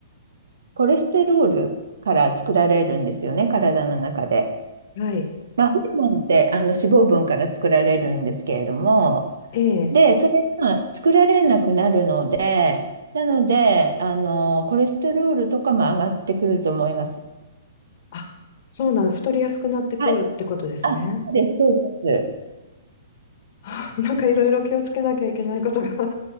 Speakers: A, on the right; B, on the left.
A: コレステロールから作られるんですよね、体の中で。
B: はい。
A: まあ、ホルモンってあの脂肪分から作られるんですけれども、
B: ええ。
A: で、それが作られなくなるので、なので、あの、コレステロールとかも上がってくると思います。
B: あ、そうなの。太りやすくなってくるってことですね。
A: はい。あ、そうです、そうです。
B: あ、なんかいろいろ気をつけなきゃいけないことが <laughs> あっ